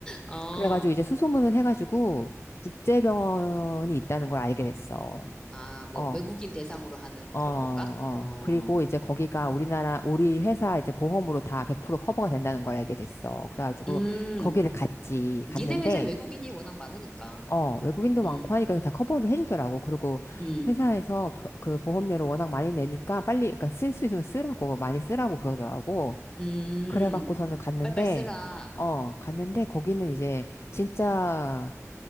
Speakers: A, on the left (about 15°); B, on the left (about 55°).
A: 어,
B: 그래가지고 이제 수소문을 해가지고 국제병원이 있다는 걸 알게 됐어.
A: 아, 뭐,
B: 어,
A: 외국인 대상으로 하는
B: 어,
A: 그런
B: 어.
A: 건가? 어,
B: 그리고 이제 거기가 우리나라, 우리 회사 이제 보험으로 다 100% 커버가 된다는 걸 알게 됐어. 그래가지고
A: 음,
B: 거기를 갔지.
A: 니네
B: 갔는데,
A: 회사에 외국인이 워낙 많으니까,
B: 어, 외국인도
A: 음,
B: 많고 하니까 다 커버를 해주더라고. 그리고
A: 음,
B: 회사에서 보- 그 보험료를 워낙 많이 내니까 빨리, 그러니까 쓸 수 있으면 쓰라고, 많이 쓰라고 그러더라고.
A: 음,
B: 그래갖고서는 갔는데,
A: 빨빨 쓰라,
B: 어, 갔는데 거기는 이제 진짜